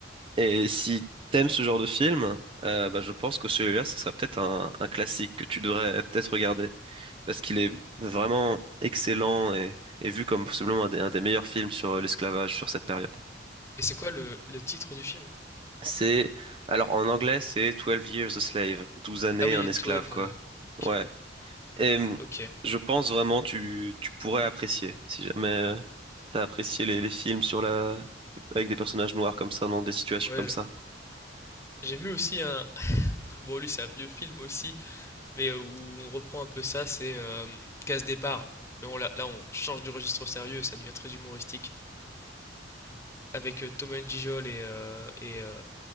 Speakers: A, on the right; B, on the left.
A: Et si t'aimes ce genre de film, euh, bah, je pense que celui-là, ce sera peut-être un, un classique que tu devrais peut-être regarder. Parce qu'il est vraiment excellent et, et vu comme possiblement un des, un des meilleurs films sur euh, l'esclavage sur cette période.
B: Et c'est quoi le, le titre du film?
A: C'est, alors en anglais, c'est Twelve Years a Slave, Douze années
B: Ah oui,
A: un esclave,
B: 12.
A: quoi.
B: euh, Ok,
A: Ouais. Et hum,
B: ok.
A: je pense vraiment tu, tu pourrais apprécier, si jamais euh, t'as apprécié les, les films sur la, avec des personnages noirs comme ça, dans des situations
B: Ouais,
A: comme
B: je-
A: ça.
B: j'ai vu aussi un. <laughs> Bon, lui, c'est un vieux film aussi, mais euh, où on reprend un peu ça, c'est euh, Casse Départ. Mais on, là, là, on change du registre au sérieux, ça devient très humoristique. Avec euh, Thomas Gijol et. euh, et euh,